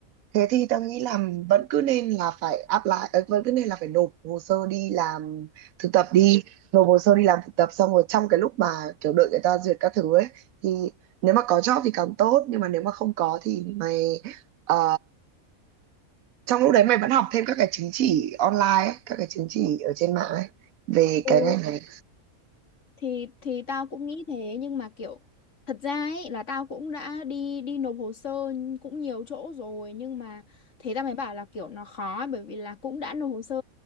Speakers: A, on the right (about 75°); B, on the left (about 55°).
A: Thế thì tao nghĩ là vẫn cứ nên là phải apply, ờ, vẫn cứ nên là phải nộp hồ sơ đi làm thực tập đi, nộp hồ sơ đi làm thực tập xong rồi trong cái lúc mà kiểu đợi người ta duyệt các thứ ấy thì nếu mà có job thì càng tốt nhưng mà nếu mà không có thì mày ờ, trong lúc đấy mày vẫn học thêm các cái chứng chỉ online ấy, các cái chứng chỉ ở trên mạng ấy về
B: Ừ,
A: cái ngành này.
B: thì thì tao cũng nghĩ thế nhưng mà kiểu thật ra ấy là tao cũng đã đi đi nộp hồ sơ cũng nhiều chỗ rồi nhưng mà thế tao mới bảo là kiểu nó khó ấy, bởi vì là cũng đã nộp hồ sơ